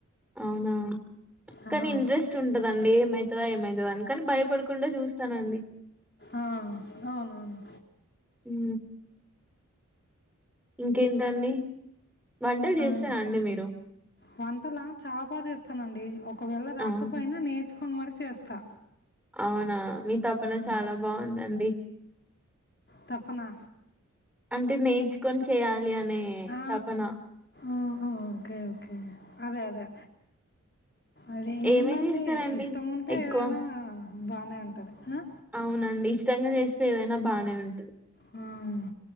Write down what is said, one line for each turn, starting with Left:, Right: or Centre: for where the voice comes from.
Centre: అవునా
Left: ఆ,
Centre: కానీ ఇంట్రెస్ట్ ఉంటదండి ఏమవుతదా ఏమవుతదా అని కాని భయపడు కుండా చూస్తానండి
Left: ఆ అవునవును
Centre: ఊ ఇంకేంటండి పంటలు చేస్తరా
Left: అదే
Centre: అండి మీరు
Left: వంటలా చా బా చేస్తానండి ఒకవేళ రాకపోయినా
Centre: అవును.
Left: నేర్చుకొని మరి చేస్తా
Centre: అవునా మీ తపన
Left: ఆ.
Centre: చాలా బాగుందండి
Left: తపనా?
Centre: అంటే నేర్చుకొని చేయాలి అనే
Left: ఆ!
Centre: తపన
Left: ఓహో ఓకే ఓకే అదే అదే అదే ఏముందండి
Centre: ఏమేం చేస్తారండి
Left: ఇష్టం ఉంటే
Centre: ఎక్కువ?
Left: ఏదైనా బానే ఉంటది ఆ!
Centre: అవునండి ఇష్టంగా చేస్తే ఏదైనా బానే ఉం
Left: అవును